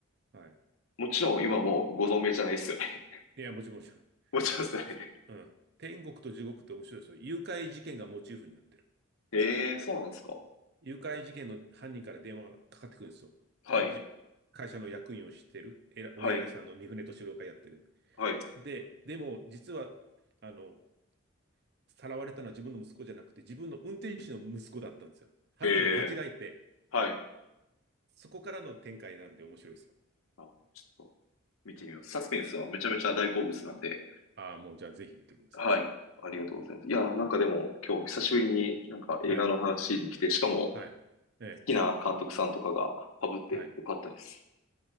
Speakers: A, on the right; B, on the left.
A: ー。はい。
B: もちろん今もうご存命じゃないですよね。
A: いや、もちろん、もちろん。
B: もちろんですね。<laughs>
A: そう、うん。天国と地獄って面白いですよ。誘拐事件がモチーフになってる。
B: ええ、そうなんですか。
A: 誘拐事件の犯人から電話がかかってくるんですよ。
B: はい、
A: じ、会社の役員をしてる、えら、
B: はい、
A: お偉いさんの三船敏郎がやってる。
B: はい。
A: で、でも、実は、あの、さらわれたのは自分の息子じゃなくて、自分の運転手の息子だったんですよ。犯人が間違えて、
B: ええ、はい。
A: そこからの展開なんで面白いですよ。
B: あ、ちょっと見てみます。サスペンスはめちゃめちゃ大好物なんで、
A: ああ、もうじゃあぜひ見てください。
B: はい。ありがとうございます。
A: うん。
B: いやー、なんかでも今日久しぶりになんか映画の話できて、
A: はい。はい。
B: しかも好
A: はい。ええ。
B: きな監督さんとかが被ってよかったです。
A: はい。